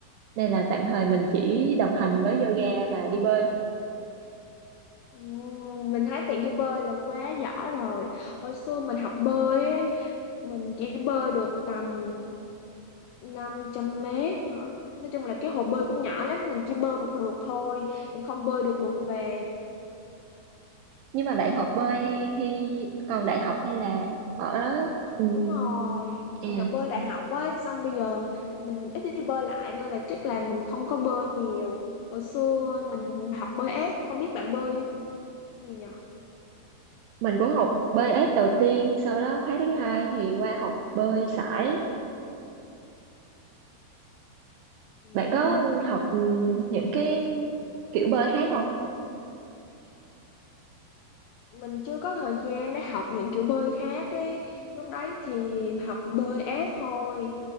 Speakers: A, on the right; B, on the left.
A: nên là tạm thời mình chỉ đồng hành với yoga và đi bơi
B: Ừm, Mình thấy bạn đi bơi là quá giỏi rồi. Hồi xưa mình học bơi ấy, mình chỉ bơi được tầm 500 mét hả? Nói chung là cái hồ bơi cũng nhỏ lắm, mình chỉ bơi một lượt thôi, mình không bơi được lượt về.
A: nhưng mà bạn học bơi khi còn đại học hay là ở ừm,
B: Đúng rồi,
A: à,
B: mình học bơi đại học ấy, xong bây giờ mình ít đi bơi lại nên là chắc là mình không có bơi nhiều. Hồi xưa mình học bơi ép, không biết bạn bơi gì nhở?
A: mình cũng học bơi ếch đầu tiên sau đó khóa thứ hai thì qua học bơi sải
B: Ừm.
A: bạn có học ừm, những cái kiểu bơi khác không
B: mình chưa có thời gian để học những kiểu bơi khác ấy lúc đấy thì học bơi ép thôi